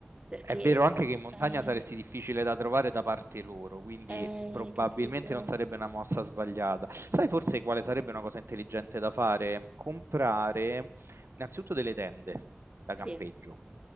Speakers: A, on the right (about 25°); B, on the right (about 80°).
A: perché
B: È vero anche che in montagna
A: è,
B: saresti difficile da trovare da parte loro, quindi
A: è,
B: probabilmente
A: capito?
B: non sarebbe una mossa sbagliata. Sai forse quale sarebbe una cosa intelligente da fare? Comprare innanzitutto delle tende da
A: Sì,
B: campeggio.